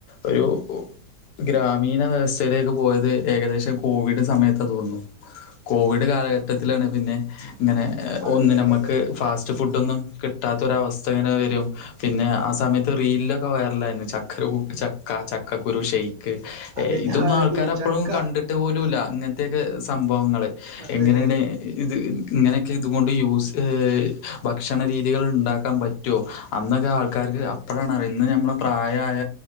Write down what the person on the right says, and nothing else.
ആ
അതെ
അതെ
അതെ
ഞാൻ ആലോചിക്കുന്നു
ചക്ക
ഉം
അതെ
അതെ